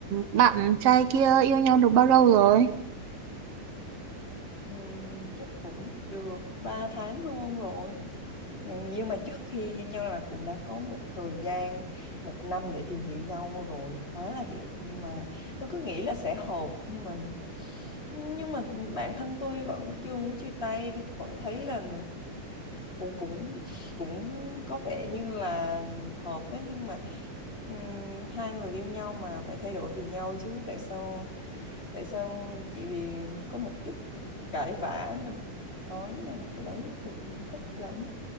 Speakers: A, on the right; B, on the left.
A: bạn trai kia yêu nhau được bao lâu rồi?
B: Ừm, chắc cũng được 3 tháng hơn rồi nhưng nhưng mà trước khi yêu nhau là cũng đã có một thời gian một năm để tìm hiểu nhau rồi quá là hiểu nhưng mà tôi cứ nghĩ là sẽ hợp nhưng mà nhưng mà bản thân tôi vẫn chưa muốn chia tay tôi vẫn thấy là cũng cũng cũng có vẻ như là hợp đấy nhưng mà ừm, hai người yêu nhau mà phải thay đổi vì nhau chứ tại sao tại sao chỉ vì có một chút cãi vã mình nói rằng kiểu đấy tôi không thích lắm